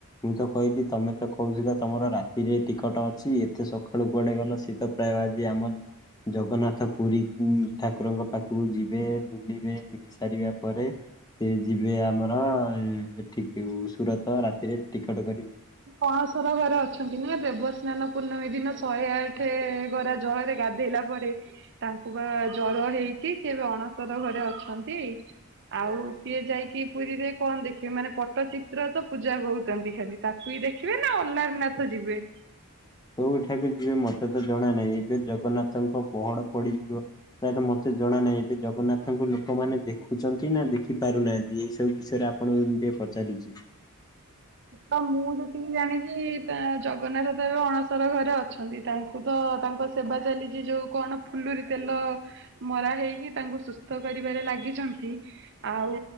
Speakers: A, on the left; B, on the right.
A: ମୁଁ ତ କହିଲି ତମେ ତ କହୁଥିଲ ତମର ରାତିରେ ଟିକଟ ଅଛି ଏତେ ସକାଳୁ କୁଆଡ଼େ ଗଲ ସିଏ ତ ପ୍ରାୟ ଆଜି ଆମ ଜଗନ୍ନାଥ ପୁରୀ ଉ ଠାକୁରଙ୍କ ପାଖକୁ ଯିବେ ବୁଲିବେ ବୁଲି ସାରିବା ପରେ ସେ ଯିବେ ଆମର ଏଠିକ ସୁରତ ରାତିରେ ଟିକଟ କରିବୁ
B: ଆଣସର ଘରେ ଅଛନ୍ତି ନା ଦେବସ୍ନାନ ପୂର୍ଣ୍ଣମୀ ଦିନ ଶହେ ଆଠ ଗରା ଜଳରେ ଗାଧ ଗାଧେଇଲା ପରେ ତାଙ୍କୁ ପା ଜର ହେଇଛି ସେ ଏବେ ଅଣସର ଘରେ ଅଛନ୍ତି ଆଉ ସିଏ ଯାଇକି ପୁରୀରେ କଣ ଦେଖିବେ ମାନେ ପଟ୍ଟଚିତ୍ର ତ ପୂଜା କହୁଛନ୍ତି ଖାଲି ତାକୁ ବିି ଦେଖିବେ ନା ଅ୍ଲାରନାଥ ଯିବେ
A: କୋଉଠାକୁ ଯିବେ ମତେ ତ ଜଣା ନାହିଁ ଏବେ ଜଗନ୍ନାଥଙ୍କ ପହଡ ପଡିଯିବ ପ୍ରାୟତଃ ମତେ ଜଣା ନାହିଁ ଏବେ ଜଗନ୍ନାଥଙ୍କୁ ଲୋକମାନେ ଦେଖୁଛନ୍ତି ନା ଦେଖି ପାରୁନାହାନ୍ତି ଏଇ ସବୁ ବିଷୟରେ ଆପ ଆପଣଙ୍କୁ ଟିକେ ପଚାରୁଛି
B: ତ ମୁଁ ଯେତିକି ଜାଣିଛି ତା ଜଗନ୍ନାଥ ଦେବ ଅଣସର ଘରେ ଅଛନ୍ତି ତାଙ୍କୁ ତ ତାଙ୍କ ସେବା ଚାଲିଛି ଯୋଉ କଣ ଫୁଲୁରି ତେଲ ମରା ହେଇକି ତାଙ୍କୁ ସୁସ୍ଥ କରିବାରେ ଲାଗିଛନ୍ତି। ଆଉ